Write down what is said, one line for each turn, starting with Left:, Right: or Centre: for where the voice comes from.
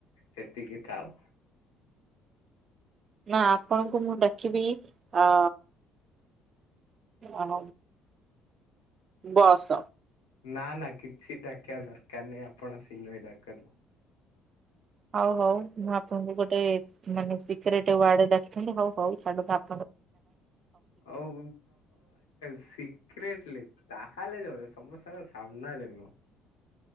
Left: ସେତିକି ଥାଉ।
Right: ନା, ଆପଣଙ୍କୁ ମୁଁ ଡାକିବି ଅ ଅହ ବସ।
Left: ନା ନା କିଛି ଡାକିବା ଦରକାର ନାହିଁ ଆପଣ ସିନୁହିଁ ଡାକନ୍ତୁ।
Right: ହଉ ହଉ ମୁଁ ଆପଣଙ୍କୁ ଗୋଟେ ମାନେ ସିକ୍ରେଟ ୱାର୍ଡରେ ଡାକିଥାନ୍ତି ହଉ ହଉ ଛାଡନ୍ତୁ ଆପଣ
Left: ହୋଉ <inaudible> ସିକ୍ରେଟଲି ତାହେଲେ ଚଳିବ ସମସ୍ତଙ୍କ ସାମ୍ନାରେ ନୁହଁ।